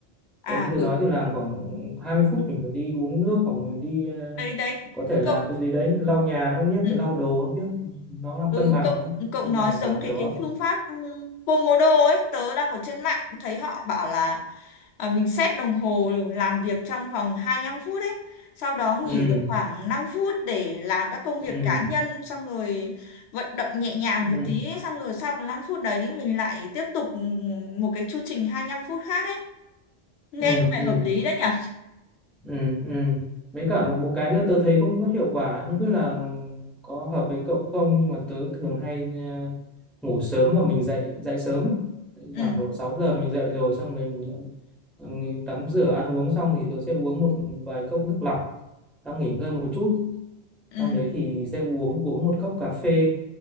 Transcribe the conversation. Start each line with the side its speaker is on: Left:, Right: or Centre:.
Left: à
Centre: đấy như tôi
Left: ừ
Centre: nói
Left: ừ.
Centre: thì làm khoảng 20 phút mình phải đi uống nước hoặc mình đi ờ,
Left: đấy đấy
Centre: có thể làm
Left: cậu
Centre: cái gì đấy lau nhà nó biết
Left: ừ,
Centre: lau đồ nó biết nó làm
Left: ừ
Centre: cân bằng
Left: cậu
Centre: nữa
Left: cậu
Centre: cân
Left: nói
Centre: bằng
Left: giống
Centre: cả
Left: cái
Centre: cái đầu
Left: cái
Centre: óc
Left: phương pháp ừ, Pomodoro ấy tớ đọc ở trên mạng cũng thấy họ bảo là à, mình set đồng hồ làm việc trong vòng 25 phút ấy sau đó nghỉ
Centre: ừ
Left: được khoảng 5 phút để làm các công
Centre: ừ
Left: việc cá nhân xong rồi vận động nhẹ nhàng
Centre: ừ
Left: một
Centre: ừ
Left: tí ấy. xong rồi sau cái 5 phút đấy mình lại tiếp tục ừ, một cái chu trình 25 phút khác ấy nghe
Centre: ừ
Left: có vẻ
Centre: ừ.
Left: hợp lý đấy nhở
Centre: ừ ừ mấy cả một một cái nữa tớ thấy cũng rất hiệu quả không biết là có hợp với cậu không nhưng mà tớ thường hay ờ, ngủ sớm và mình dậy dậy sớm ấy Dậy
Left: ừ
Centre: khoảng độ 6 giờ mình dậy rồi xong mình ừ, tắm rửa ăn uống xong thì tớ sẽ uống một vài cốc nước lọc xong nghỉ ngơi một chút
Left: ừ
Centre: xong đấy thì sẽ uống uống một cốc cà phê